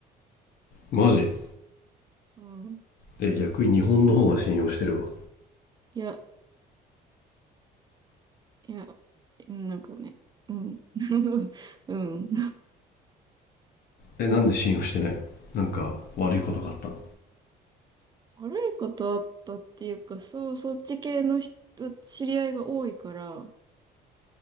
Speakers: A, on the left; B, on the right.
A: マジ
B: うん。
A: え逆に日本の方が信用してるわ
B: いや、いや、なんかね、うん。<laughs> うん。
A: えなんで信用してないのなんか悪いことがあったの
B: 悪いことあったっていうか、そう、そっち系の人、知り合いが多いから、